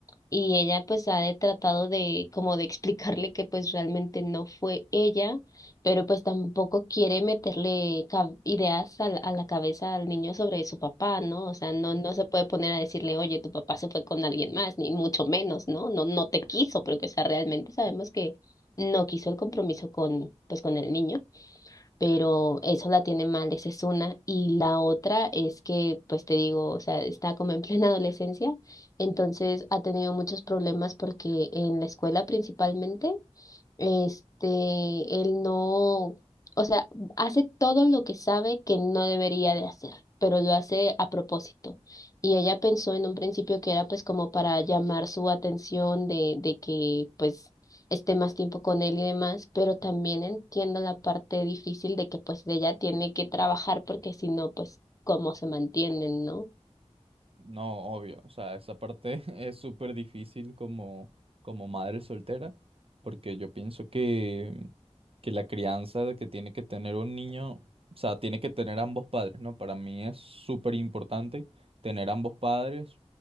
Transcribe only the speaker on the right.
Ujú.
No, obvio, o sea, esa parte <laughs> es súper difícil como, como madre soltera, porque yo pienso que, que la crianza de que tiene que tener un niño, o sea, tiene que tener ambos padres, ¿no? Para mí es súper importante tener ambos padres,